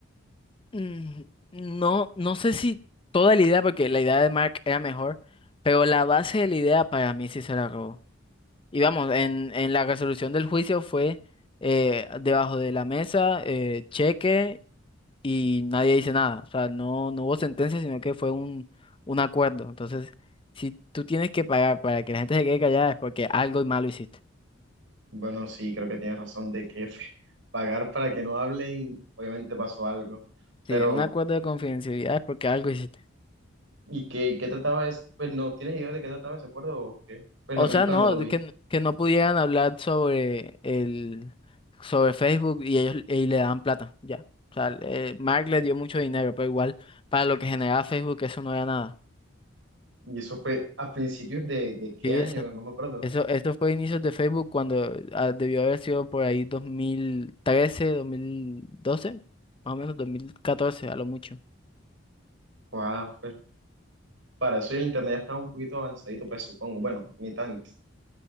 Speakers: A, on the left; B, on the right.
A: Mm, No, no sé si toda la idea, porque la idea de Mark era mejor, pero la base de la idea para mí sí se la robó. Y vamos, en, en la resolución del juicio fue eh, debajo de la mesa, eh, cheque y nadie dice nada. O sea, no, no hubo sentencia, sino que fue un, un acuerdo. Entonces, si tú tienes que pagar para que la gente se quede callada es porque algo malo hiciste.
B: Bueno, sí, creo que tienes razón de que <laughs> pagar para que no hablen, obviamente pasó algo,
A: Si
B: pero
A: un acuerdo de confidencialidad es porque algo hiciste.
B: ¿y qué, qué trataba es? Pues no, ¿tienes idea de qué trataba ese acuerdo o qué? Pues en
A: O
B: la película
A: sea, no,
B: no lo vi.
A: de que, n- que no pudieran hablar sobre el, sobre Facebook y ellos y le daban plata, ya. O sea, eh, Mark le dio mucho dinero, pero igual para lo que generaba Facebook eso no era nada.
B: Y eso fue a principios de, de qué
A: Sí,
B: año,
A: eso,
B: no me acuerdo.
A: eso, eso fue inicios de Facebook cuando ah, debió haber sido por ahí dos dos mil trece, dos mil doce, más o menos 2014 a lo mucho.
B: Wow, Para eso el internet ya estaba un poquito avanzadito, pues supongo. Bueno, ni tanto.